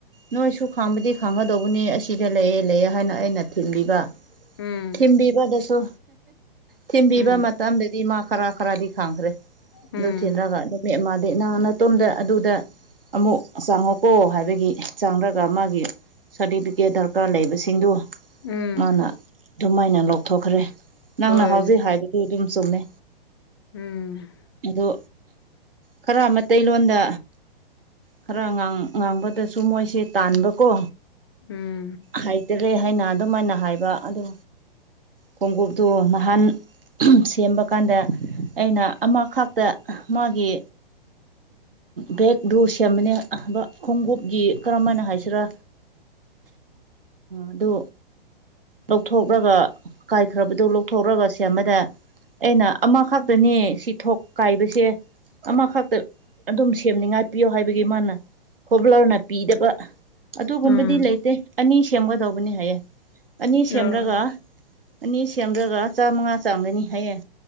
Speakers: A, on the right (about 70°); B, on the left (about 25°).
A: ꯅꯣꯏ ꯁ ꯈꯥꯡꯕꯗꯤ ꯈꯥꯡꯒꯗꯧꯕꯅꯤ ꯑꯁꯤꯗ ꯂꯩꯌꯦꯦ ꯂꯩꯌꯦꯦ ꯍꯥꯏꯅ ꯑꯩꯅ ꯊꯤꯟꯕꯤꯕ
B: ꯎꯝ
A: ꯊꯤꯡꯕꯤ ꯄꯗ ꯁꯣ ꯊꯤꯟꯕꯤꯕ
B: ꯎꯝ
A: ꯃꯇꯝꯗꯗꯤ ꯃꯥ ꯈꯔ ꯈꯔꯗꯤ ꯈꯪꯈ꯭ꯔꯦ
B: ꯎꯝ
A: ꯑꯗꯨ ꯊꯤꯟꯔꯒ ꯃ ꯃꯥꯗꯤ ꯅꯍ ꯅꯇꯣꯝꯗ ꯑꯗꯨꯗ ꯑꯃꯨꯛ ꯆꯥꯡꯉꯨꯀꯣ ꯍꯥꯏꯕꯒꯤ ꯆꯥꯡꯔꯒ ꯃꯥꯒꯤ ꯁꯥꯔꯇꯤꯐꯤꯀꯦꯠ ꯗꯔꯀꯥꯔ ꯂꯩꯕꯁꯤꯡꯗꯨ
B: ꯎꯝ
A: ꯃꯥꯅ ꯑꯗꯨꯃꯥꯏꯅ ꯂꯧꯊꯣꯛꯈ꯭ꯔꯦ ꯅꯪꯅ
B: ꯍꯣꯏ
A: ꯍꯥꯎꯖꯩ ꯍꯥꯏꯕꯗꯨ ꯑꯗꯨꯝ ꯆꯨꯝꯃꯦ
B: ꯎꯝ
A: ꯑ ꯈꯔ ꯃꯠꯇꯩ ꯂꯣꯟꯗ ꯈꯔ ꯉꯥꯡꯕꯗꯁꯨ ꯃꯣꯏꯁꯦ ꯇꯥꯟꯕꯀꯣ
B: ꯎꯝ
A: ꯍꯥꯏꯇꯔꯦ ꯍꯥꯏꯅ ꯑꯗꯨꯝꯥꯏꯅ ꯍꯥꯏꯕ ꯑꯗꯣ ꯈꯣꯡꯎꯞꯇꯨ ꯅꯍꯥꯟ ꯁꯦꯝꯕ ꯀꯥꯟꯗ ꯑꯩꯅ ꯑꯃꯈꯥꯛꯇ ꯃꯥꯒꯤ ꯕꯦꯛ ꯔꯣ ꯁꯦꯝ ꯁꯦꯝꯕꯅꯦꯕ ꯈꯣꯡꯎꯞꯀꯤ ꯀꯔꯝ ꯍꯥꯏꯅ ꯍꯥꯏꯁꯤꯔꯥ ꯑꯗꯨ ꯂꯧꯊꯣꯛꯂꯒ ꯀꯥꯏꯈ꯭ꯔꯕꯗꯨ ꯂꯧꯊꯣꯛꯔꯒ ꯁꯦꯝꯦ ꯑꯃꯗ ꯑꯩꯅ ꯑꯃꯈꯛꯇꯅꯤ ꯁꯤ ꯊꯣꯛ ꯀꯥꯏꯕꯁꯦ ꯑꯃꯈꯛꯇ ꯑꯗꯨꯝ ꯁꯦꯝꯅꯤꯡꯉꯥꯏꯥꯛꯄꯤꯌꯣ ꯍꯥꯏꯕ ꯅ ꯈꯣꯕꯂꯔꯅ ꯄꯤꯗꯕ ꯑꯗꯨꯒꯨꯝꯕꯗꯤ
B: ꯎꯝ
A: ꯂꯩ ꯂꯩꯇꯦ ꯑꯅꯤ ꯁꯦꯝꯒꯗꯧꯕꯅꯤ ꯍꯥꯏꯌꯦ ꯑꯅꯤ
B: ꯎꯝ
A: ꯁꯦꯝꯔꯒ ꯑꯅꯤ ꯁꯦꯝꯂꯒ ꯆꯥꯃꯉꯥ ꯆꯥꯒꯅꯤ ꯍꯥꯏꯌꯦꯦ